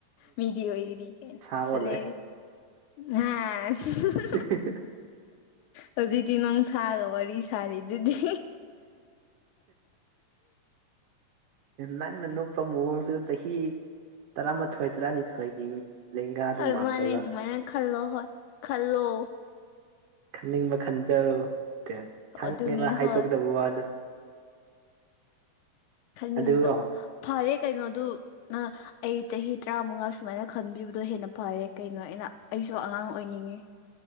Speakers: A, on the left; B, on the right.
A: ꯃꯤꯗꯤ ꯑꯣꯏꯒꯅꯤ
B: ꯁꯥ ꯑꯣꯜꯂꯣꯏ
A: ꯆꯠꯂꯦ ꯅꯥ <unintelligible>
B: <unintelligible>
A: ꯍꯧꯖꯤꯛꯇꯤ ꯅꯪ ꯁꯥꯢꯒ ꯋꯥꯔꯤ ꯁꯥꯔꯤꯗꯨꯗꯤ
B: ꯅꯪꯅ ꯅꯣꯛꯄ ꯃꯑꯣꯡꯁꯦ ꯆꯍꯤ ꯇꯔꯥꯃꯥꯊꯣꯏ ꯇꯔꯥꯅꯤꯊꯣꯏꯒꯤ ꯂꯦꯡꯒꯥꯗꯣ
A: ꯍꯣꯏ
B: ꯃꯥꯜꯂꯦꯕ
A: ꯃꯥꯅꯦ ꯑꯗꯨꯃꯥꯏꯅ ꯈꯜꯂꯣ ꯍꯣꯢ ꯈꯜꯂꯣ
B: ꯈꯟꯅꯤꯡꯕ ꯈꯟꯖꯧ ꯈꯪꯉꯦꯕ
A: ꯑꯗꯨꯅꯤ
B: ꯍꯥꯏꯗꯣꯛꯇꯥꯕ
A: ꯍꯣꯏ
B: ꯋꯥꯗꯣ
A: ꯈꯪꯅꯤꯡꯕ
B: ꯑꯗꯨꯒ
A: ꯐꯔꯦ ꯀꯩꯅꯣꯗꯨ ꯅꯪ ꯑꯩ ꯆꯍꯤ ꯇꯔꯥꯃꯉꯥ ꯁꯨꯃꯥꯏꯅ ꯈꯟꯕꯤꯕꯗꯣ ꯍꯦꯟꯅ ꯐꯔꯦ ꯀꯩꯅꯣ ꯑꯩꯅ ꯑꯩꯁꯨ ꯑꯉꯥꯡ ꯑꯣꯏꯅꯤꯡꯉꯤ